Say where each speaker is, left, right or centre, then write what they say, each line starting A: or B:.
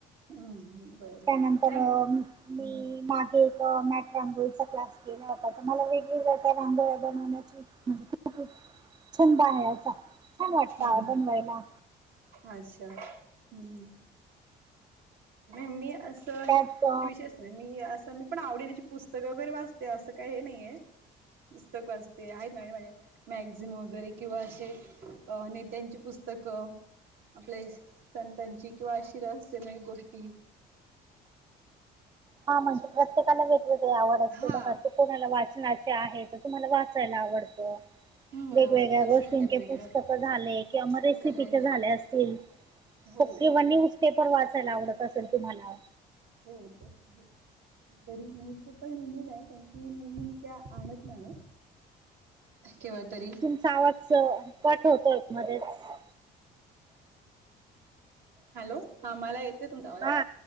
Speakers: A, on the right (about 70°); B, on the right (about 25°).
A: हम्म बरं
B: त्यानंतर
A: नाही हम्म
B: मी मा एक मॅट रांगोलीचा क्लास केला होता तर मला वेगवेगळ्या त्या रांगोळ्या बनवण्याची म्हणजे छंद आहे असा छान वाटत
A: हम्म
B: ओ बनवायला
A: अच्छा हम्म हम्म मी अस हे
B: त्यात अ,
A: विशेष नाय मी अस मी आवडणीची पुस्तक वगैरे वाचते अस काही हे नाहीय पुस्तक वाचते नाय माहित मॅगझिन वगैरे किंवा असे नेत्यांची पुस्तक आपले संतांची किंवा अशी रहस्यमय गोष्टी-
B: हा म्हणजे
A: अशी
B: प्रत्येकाला वेगवेगळी आवड असते
A: हा
B: बघा तो कोणाला वाचनाचे आहे तुम्हाला वाचायला आवडत
A: हम्म
B: वेगवेगळ्या
A: आवडतच
B: गोष्टींचे
A: त्यांना वेगळं
B: पुस्तक झाले किंवा
A: पुस्तक
B: मग रेसिपीचे
A: आहे
B: झाले असतील
A: हो
B: किंवा न्यूज पेपर वाचायला आवडत असेल तुम्हाला
A: हो तर आहे कधीतरी न्युजपेपर नेहमी नाही कारण की नेहमी मी काय आणत नाही केव्हा तरी
B: तुमचा आवाज कट होतोय मध्येच
A: हॅलो हा मला येते तुमचा आवाज
B: हा